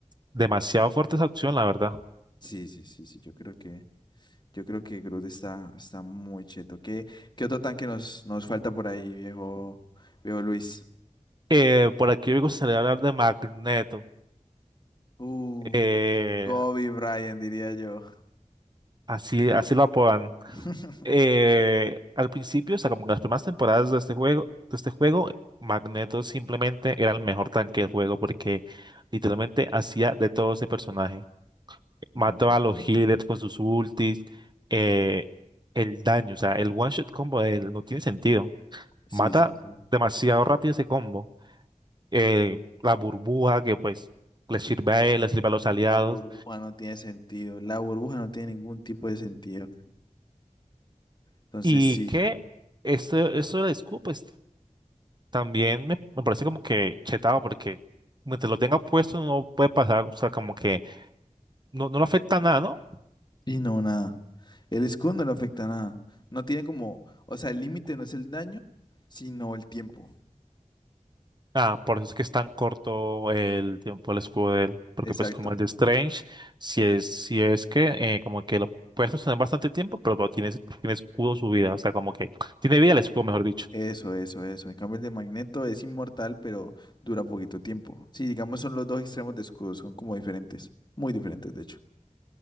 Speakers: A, on the right; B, on the left.
A: demasiado fuerte esa opción, la verdad.
B: sí, sí, sí, sí, Yo creo que, yo creo que Groot está, está muy cheto. ¿Qué, qué otro tanque nos, nos falta por ahí, viejo, viejo Luis?
A: Eh, por aquí me a hablar de Magneto,
B: Uh,
A: eh,
B: Kobe Bryant, diría yo.
A: así, así lo apodan.
B: <laughs>
A: Eh, al principio, o sea, como en las primeras temporadas de este juego, de este juego, Magneto simplemente era el mejor tanque del juego porque literalmente hacía de todo ese personaje. Mataba
B: Absolutamente.
A: a los healers con sus ultis, eh, el daño, o sea, el one shot combo de él no tiene sentido.
B: Sí,
A: Mata
B: sí, sí.
A: demasiado rápido ese combo. Eh, la burbuja que pues le sirve a él, le sirve a los aliados.
B: La burbuja no tiene sentido. La burbuja no tiene ningún tipo de sentido. Entonces
A: Y
B: sí,
A: que esto, esto de la scoop pues también me, me parece como que chetado porque mientras lo tenga puesto no puede pasar, o sea, como que no, no le afecta nada, ¿no?
B: sí, no, nada. El escudo no le afecta a nada. No tiene como, o sea, el límite no es el daño, sino el tiempo.
A: Ah, por eso es que es tan corto el tiempo del escudo de él, porque
B: Exacto.
A: pues como el de Strange, si es, si es que eh, como que lo puedes sostener bastante tiempo, pero, pero tiene, tiene escudo su vida, o sea, como que tiene vida el escudo, mejor dicho.
B: Eso, eso, eso. En cambio, el de Magneto es inmortal, pero dura poquito tiempo. Sí, digamos, son los dos extremos de escudo, son como diferentes. Muy diferentes, de hecho.